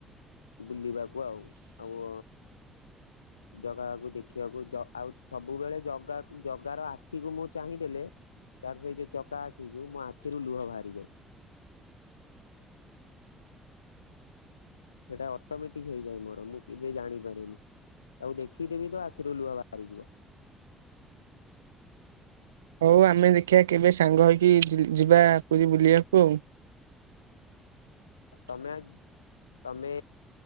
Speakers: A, on the left; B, on the right.
A: ବୁଲିବାକୁ ଆଉ ଆଉ ଜଗାକୁ ଦେଖିବାକୁ ଆଉ ସବୁବେଳେ ଜଗାକୁ ଜଗା ର ଆଖିକୁ ମୁଁ ଚାହିଁ ଦେଲେ ତାର ସେଇ ଯୋଉ ଚକା ଆଖିକୁ ମୋ ଆଖିରୁ ଲୁହ ବାହାରିଯାଏ। ସେଇଟା ଅଟୋମେଟିକ ହେଇଯାଏ ମୋର ମୁଁ କେବେ ଜାଣିପାରେନି। ତାକୁ ଦେଖିଦେବି ତ ଆଖିରୁ ଲୁହ ବାହାରିଯିବ।
B: ହଉ ଆମେ ଦେଖିଆ କେବେ ସାଙ୍ଗ ହେଇକି ଯିବା ପୁରୀ ବୁଲିବାକୁ ଆଉ।
A: ତମେ ତମେ